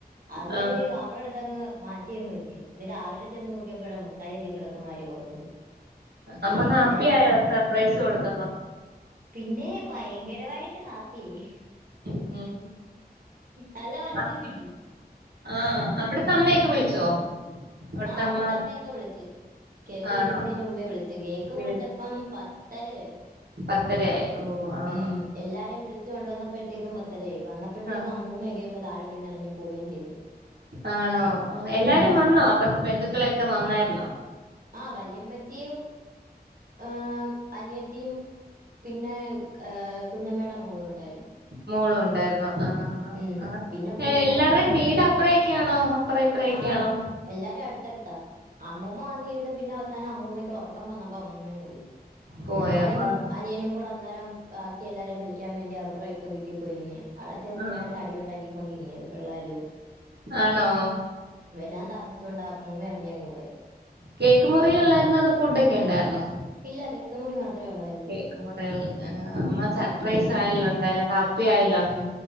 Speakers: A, on the right; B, on the right.
A: അത്
B: ആ
A: കഴിഞ്ഞ് കവറെടു ത്തങ്ങ് മാറ്റിയങ്ങ് വെച്ച് ഇന്ന് രാവിലെ ചെന്ന് നോക്കിയപ്പോഴാ മുട്ടായി അതിൽ കിടക്കുന്ന കാര്യം ഓർത്തത് പിന്നെ
B: അമ്മ ഹാപ്പി
A: ഇപ്പ ഞാൻ
B: ആയോ സർപ്രൈസ് കൊടുത്തപ്പ
A: പിന്നെ പയങ്കരവായിട്ട് ഹാപ്പി ആയി
B: ഉം
A: നല്ല വഴക്കും
B: ആ
A: കിട്ടി
B: ആഹ് അവിടത്തെ അമ്മയൊക്കെ വിളിച്ചോ ഒട്ടമ്മ
A: ആഹ് അവിടുത്തെ അമ്മയൊക്കെ വിളിച്ചു കേക്ക്
B: ആണോ
A: മുറിക്കുന്നതിന് മുമ്പേ വിളിച്ചു കേക്ക്
B: വിളി
A: മുറിച്ചപ്പം പത്ത് ത്തരയായി
B: പത്തരയായി ഓ ആ
A: ഉം
B: ആ
A: എല്ലാരുേ വിളിച്ച്‌ കൊണ്ടുവന്നഴപ്പോയേക്കും പത്തരായി വന്നപ്പോഴത്തേക്കും
B: ആ
A: അമ്മൂമ്മയൊക്കെ അങ് താഴെ പിന്നെ എറങ്ങിപൊ പോയിം ചെയ്തു
B: ആണോ എല്ലാരും
A: ഉം
B: വന്നോ അപ്പുറത്തെ ബന്ധുക്കളൊക്കെ വന്നായിരുന്നോ
A: ആ വല്യമ്മച്ചിയും ആ അനിയത്തിയും പിന്നെ ഏ കുഞ്ഞമ്മേടെ മോളും ഉണ്ടായിരുന്നു
B: മോളും ഉണ്ടായിരുന്നു ആഹ്
A: ഉം
B: ആഹ് ആഹ്
A: പിന്നെ കുഞ്ഞമ്മേടെ
B: എല്ലാവരുടെയും
A: മോനും
B: വീട് അപ്പറൊക്കെയാണോ അപ്പറ ഇപ്പൊറക്കെയാണോ
A: ആഹ് എല്ലാരും അടുത്തടുത്ത അമ്മൂമ്മ വന്നിരുന്ന പിന്നെ അവസാനം അമ്മൂമ്മ ക്ക് ഉറക്കം വന്നപ്പോ അമ്മൂമ്മ അങ് പോയി
B: പോയോ
A: ഞാനും
B: ആ
A: അനിയനും കൂടെ അന്നേരം ബാക്കി എല്ലാരെ വിളിക്കാൻ വേണ്ടി അവരുടെ ഒക്കെ വീട്ടിൽ പോയിരുന്നു ഞാൻ അവടെ ചെന്നീന്ന്ട്ട്
B: ആ
A: അടി ഉണ്ടാക്കിക്കൊണ്ട് ഇരുന്നീനു പിള്ളേരുയിട്ട്
B: ആണോ
A: ഞൻ താമസിച്ചൊണ്ടാ ആമ്മൂമ്മ ഇറങ്ങിയങ് പോയെ
B: കേക്ക് മുറിയെ ഉള്ളായിരുന്നൊ അതൊ ഫുഡ് ഒക്കെ ണ്ടായിരുന്നോ
A: ഇല്ല കേക്ക് മുറി മാത്ര ഒള്ളായിരുന്നു
B: <unintelligible> അമ്മ സർപ്രൈസ് ആയല്ലോ എന്തായാലും ഹാപ്പി ആയല്ലോ
A: ഉം